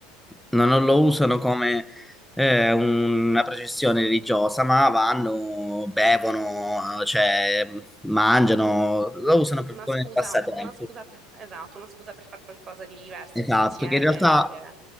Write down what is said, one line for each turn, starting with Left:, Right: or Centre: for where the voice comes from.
Centre: non non lo usano come eh, una processione religiosa, ma vanno, bevono, cioè mangiano, lo usano
Right: No,
Centre: per
Right: una
Centre: come
Right: scusa,
Centre: passatempo.
Right: una scusa per, esatto, una scusa per fare qualcosa di diverso
Centre: Esatto,
Right: insieme,
Centre: che in realtà
Right: avere...